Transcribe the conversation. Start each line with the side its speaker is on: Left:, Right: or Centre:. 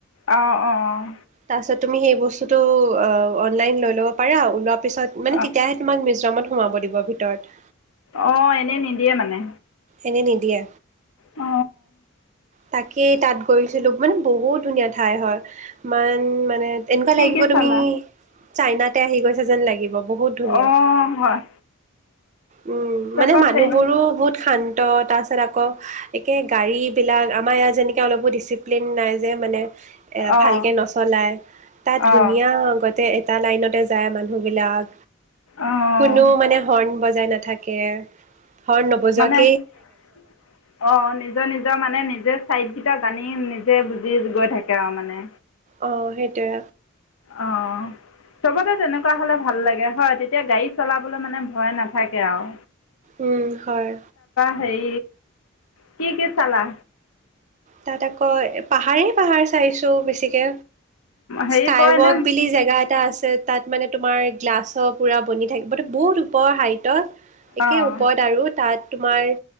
Left: অঁ অঁ।
Right: তাৰপিছত তুমি সেই বস্তুটো অনলাইন লৈ ল'ব পাৰাও। পিছত মানে
Left: অঁ
Right: তেতিয়াহে তোমাক মিজোৰামত। সোমাব দিব ভিতৰত।
Left: অ এনেই নিদিয়ে মানে।
Right: এনেই নিদিয়ে।
Left: অ।
Right: তাকেই তাত গৈছিলো মানে বহুত ধুনীয়া ঠাই হয়। মান মানে এনেকুৱা
Left: কি
Right: লাগিব
Left: কি
Right: তুমি।
Left: চালা
Right: চাইনাতে আহি গৈছে যেন লাগিব। বহুত ধুনীয়া।
Left: অঁ হয়
Right: উম
Left: তাৰপৰা
Right: মানে মানুহবোৰো
Left: হেৰি
Right: বহুত। শান্ত তাৰপিছত আকৌ একে গাড়ীবিলাক আমাৰ ইয়াত যেনেকৈ অলপো ডিচিপ্লিন নাই যে মানে। এ
Left: অঁ
Right: ভালকে নচলাই তাত
Left: অঁ
Right: ধুনীয়া আগতে। এটা লাইনতে মানুহ বিলাক
Left: অঁ
Right: কোনো মানে হৰ্ণ বজাই না। থাকে। হৰ্ন নবজোৱাকে।
Left: অ নিজৰ, নিজৰ মানে নিজে চাইড দি এয়া জানি নিজে বুজি গৈ থাকে আৰু মানে।
Right: অ সেইটোৱে
Left: অঁ। চবতে তেনেকুৱা হলে ভাল লাগে হয় তেতিয়া গাড়ী চলাবলৈ মানে ভয় নাথাকে আৰু।
Right: উম হয়।
Left: সেই কি কি চালা?
Right: তাত আকৌ পাহাৰেই পাহাৰ চাইছো বেছিকে।
Left: হেৰি
Right: স্কাইৱক
Left: পৰেনে
Right: বুলি জেগা এটা আছে। তাত মানে তোমাৰ গ্লাছৰ পুৰা বনি থাকিব বহুত ওপৰ হাইটত। একে
Left: অঁ
Right: ওপৰত আৰু তাত। তোমাৰ